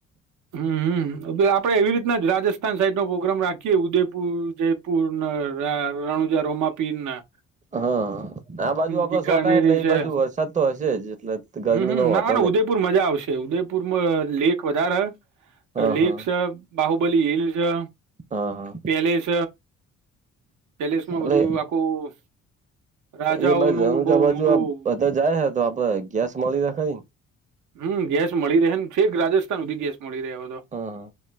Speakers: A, on the right; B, on the right.
A: <unintelligible> આપડે એવી રીતના જ રાજસ્થાન સાઈડ નો પ્રોગ્રામ રાખીએે ઉદયપુર જયપુર ને રણુંજા રોમાપીરના
B: હા આ બાજુ આપડો
A: બીકાનેરી
B: સોટા એટલે
A: છે
B: એ બાજુ વરસાદ તો હશે જ એટલે ગરમી
A: હમ્મ હમ્મ
B: ન
A: ના
B: હોતા.
A: ઉદયપુર મજા આવશે ઉદયપુર લેખ વધારે હે.
B: હા
A: લીફ
B: હા
A: છે, બાહુબલી હીલ છે.
B: હા હા
A: પેલેસ પેલેસમાં
B: એટલે
A: બધું આખું રાજાઓનું
B: એ બાજુ રણુજા
A: બહુ
B: બાજુ
A: મોટું
B: બધા જાય હે તો આપડે ગેસ મળી રાખલ.
A: હું ગેસ મળી રહે ને ઠીક રાજસ્થાન સુધી ગેસ મળી રહ્યો હવ તો,
B: હા